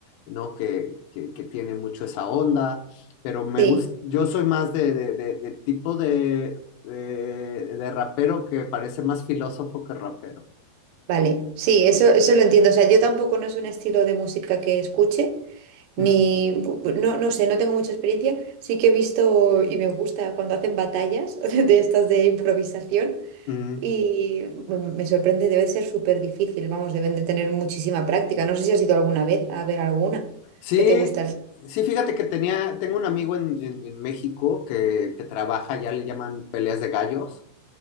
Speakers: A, on the left; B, on the right.
A: ¿no? Que, que, que tiene mucho esa onda, pero me
B: Sí,
A: gusta, yo soy más de, de, de- de tipo de, de, de rapero que parece más filósofo que rapero.
B: vale. Sí, eso, eso lo entiendo. O sea, yo tampoco no es un estilo de música que escuche, ni,
A: Mm,
B: bu- bu- no, no sé, no tengo mucha experiencia. Sí que he visto y me gusta cuando hacen batallas <laughs> de estas de improvisación
A: mm.
B: y bueno, me sorprende, debe ser súper difícil, vamos, deben de tener muchísima práctica. No sé si has ido alguna vez a ver alguna
A: Sí,
B: que te gusta.
A: sí, fíjate que tenía, tengo un amigo en, en- en México que, que trabaja, ya le llaman peleas de gallos,